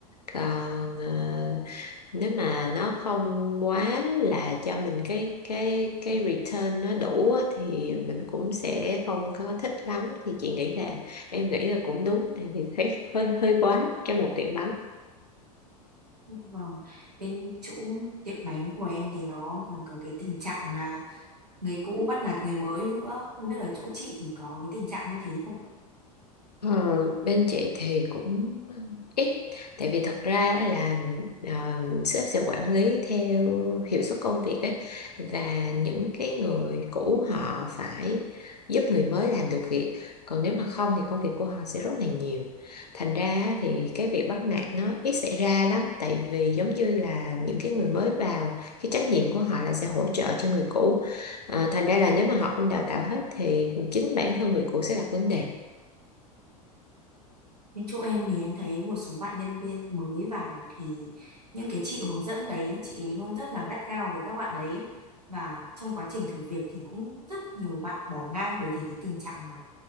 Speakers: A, on the left; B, on the right.
A: còn ờ, nếu mà nó không quá là cho mình cái cái cái return nó đủ á, thì mình cũng sẽ không có thích lắm thì chị nghĩ là em nghĩ là cũng đúng tại vì thấy <laughs> hơi hơi quá cho một tiệm bánh
B: Dạ Vâng, bên chỗ tiệm bánh của em thì nó còn có cái tình trạng là người cũ bắt nạt người mới nữa, không biết ở chỗ chị thì có cái tình trạng như thế không ạ?
A: Ờ, bên chị thì cũng ờ, ít tại vì thật ra là ờ, sếp sẽ quản lý theo hiệu suất công việc ấy và những cái người cũ họ phải giúp người mới làm được việc còn nếu mà không thì công việc của họ sẽ rất là nhiều thành ra thì cái việc bắt nạt nó ít xảy ra lắm tại vì giống như là những cái người mới vào cái trách nhiệm của họ là sẽ hỗ trợ cho người cũ Ờ, thành ra là nếu mà họ không đào tạo hết thì chính bản thân người cũ sẽ gặp vấn đề
B: Bên chỗ em thì em thấy một số bạn nhân viên mới vào thì những cái chị hướng dẫn đấy chị ấy luôn rất là gắt gao với các bạn đấy và trong quá trình thử việc thì cũng rất nhiều bạn bỏ ngang bởi vì cái tình trạng mà